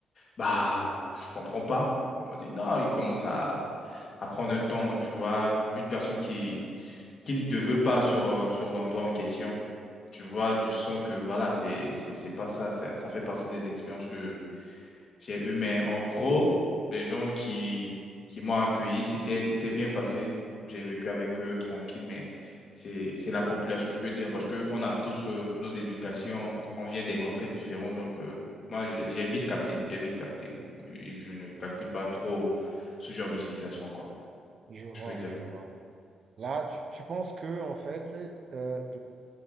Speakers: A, on the left; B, on the right.
A: bah, je comprends pas. On dit, non, ils commencent à, à prendre un temps, tu vois. Une personne qui, qui ne te veut pas sur, euh, sur l'endroit en question, tu vois, tu sens que voilà, c'est, c'est, c'est pas ça, ça. ça fait partie des expériences que j'ai eu, mais en gros, les gens qui, qui m'ont accueilli, c'était, c'était bien passé. J'ai vécu avec eux tranquille, mais c'est, c'est la population, je peux dire, parce que on a tous euh, nos éducations, on vient des contrées différentes, donc euh, moi, j'ai j'ai vite capté, j'ai vite capté. Et Je ne calcule pas trop ce genre de situation, quoi,
B: Je vois,
A: je peux dire.
B: je vois. Là, tu, tu penses que, en fait, euh,